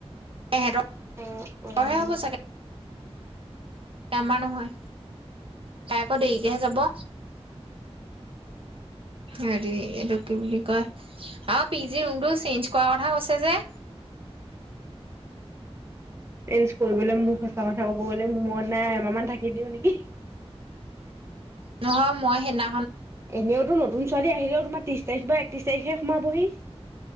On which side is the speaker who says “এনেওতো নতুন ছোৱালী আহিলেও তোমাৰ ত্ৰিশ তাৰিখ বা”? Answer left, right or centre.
Right